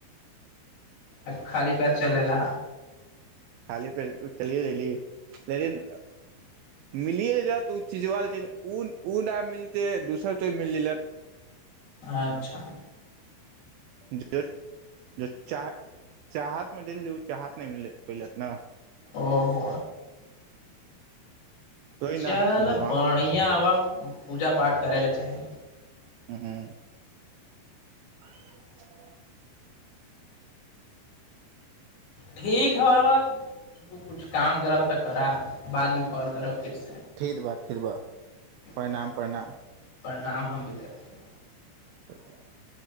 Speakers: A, on the left; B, on the right.
A: आ खाली पयर चलेला
B: थाली पे चलिए देलि लेकिन मिलिए लेलतऽ ओ चीजबा लेकिन उ उ नहि मिलते दोसर तो मिलि लत
A: अच्छा
B: ज ज चाह चाहतमे देलै ओ चाहत नहि मिललै पहिलेत न
A: ओ हो
B: तोहि
A: चल
B: न भगवान
A: बढियां बा पूजा पाठ करय लय चाही
B: <unintelligible> <unintelligible>
A: ठीक ह रौआ कुछ काम करत हय तऽ कर' बादमे कॉल करब फिर से
B: थीर बा थीर बा प्रणाम
A: बा
B: प्रणाम
A: प्रणाम हम भी करत
B: <unintelligible>